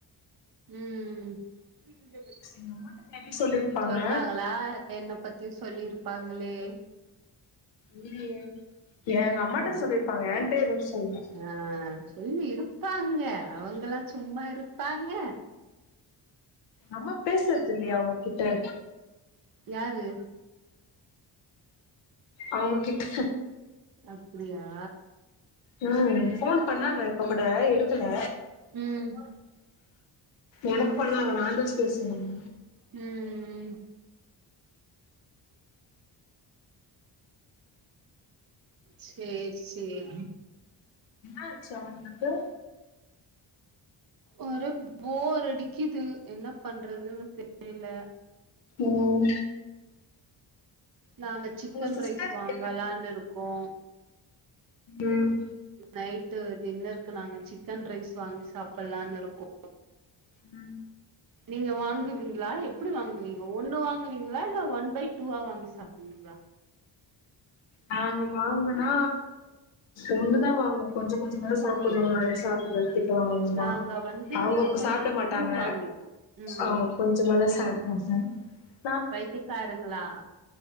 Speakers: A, on the right (about 50°); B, on the left (about 70°).
A: உம் ம்
B: எங்க அம்மாட்ட மேபி சொல்லிருப்பாங்க
A: சொன்னாங்களா என்ன பத்தியு சொல்லிருக் பாங்கலே
B: உம் ம் ஏங்க அம்மாட்ட
A: சொல்லு
B: சொல்லியிருப்பாங்க என்ட்ட எதுவு சொல்லல
A: ஆ சொல்லி இருப்பாங்க அவுங்களா சும்மா இருப்பாங்க
B: நம்ம பேசுறது இல்லையே அவுங்ககிட்ட
A: யாரு
B: அவுங்க கிட்ட
A: அப்டியா
B: உம் போன் பண்ணாங்க அப்பக்கூட எடுக்கல
A: ம்
B: எனக்கு பண்ணாங்க நாந்த பேசுணோம்
A: உம் ம் சேரி சேரி
B: ஆச்ச வந்தபோ
A: ஒரு ஃபோர் அடிக்குது என்ன பண்றதுன்னு தெரில
B: உம்
A: நாங்க சிக்கன்
B: சிஸ்டருக்கு
A: ரைஸ் வாங்கலானு இருக்கோ
B: உம்
A: நைட்டு டின்னருக்கு நாங்க சிக்கன் ரைஸ் வாங்கி சாப்பிடலானு இருக்கோ
B: உம்
A: நீங்க வாங்குவீங்ளா எப்படி வாங்குவீங்க ஒன்னு வாங்கு இல்ல ஒன் பை டூவா வாங்கி சாப்பிடுவிங்ளா
B: நாங்க வாங்கனா ஒண்ணுதா வாங்குவோ கொஞ்சோ கொஞ்சமா சாப்பிடணு நெறய சாப்பிடக்கூடாது தெ ட்டுவாங்கமா
A: நாங்க வந்து
B: அவுங்க
A: ஒன் பை
B: சாப்பிட மாட்டாங்க
A: டூ வாங்கிப்போ ம்
B: அவுங்க கொஞ்சமாதா ச <unintelligible>
A: பைத்தக்கருங்களா